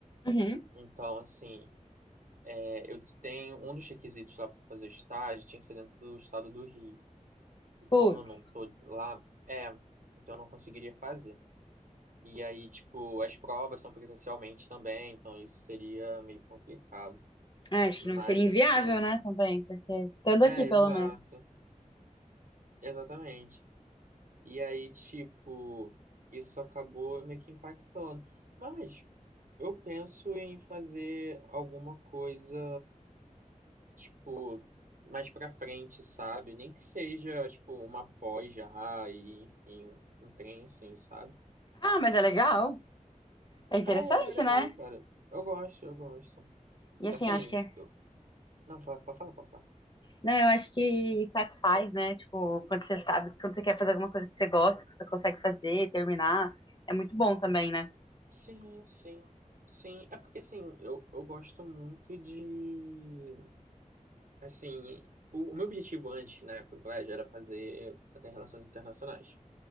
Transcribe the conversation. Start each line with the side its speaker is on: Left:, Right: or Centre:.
Left: Uhum.
Right: Então, assim, é, eu tenho um dos requisitos lá para fazer estágio, tinha que ser dentro do estado do Rio. E como
Left: Putz.
Right: eu não tô lá, é, então eu não conseguiria fazer. E aí, tipo, as provas são presencialmente também, então isso seria meio complicado.
Left: É, acho
Right: Mas,
Left: que não seria inviável,
Right: assim,
Left: né, também, porque estando
Right: é,
Left: aqui, pelo
Right: exato,
Left: menos.
Right: exatamente. E aí, tipo, isso acabou meio que impactando. Mas eu penso em fazer alguma coisa, tipo, mais pra frente, sabe? Nem que seja, tipo, uma pós já, e enfim, um trem assim, sabe?
Left: Ah, mas é legal. É interessante,
Right: É, é legal,
Left: né?
Right: cara. Eu gosto, eu gosto.
Left: E assim,
Right: Assim,
Left: eu acho que é.
Right: eu... não, pode pode falar, pode falar.
Left: Não, eu acho que satisfaz, né? Tipo, quando você sabe, quando você quer fazer alguma coisa que você gosta, que você consegue fazer, terminar, é muito bom também, né?
Right: Sim, sim, sim. É porque, assim, eu, eu gosto muito de Assim, o, o meu objetivo antes, na época do colégio, era fazer até relações internacionais.